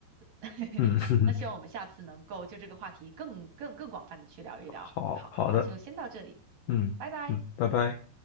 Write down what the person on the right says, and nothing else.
<laughs>
那希望我们下次能够就这个话题更更更广泛的去聊一聊。
好，那就先到这里，
拜拜。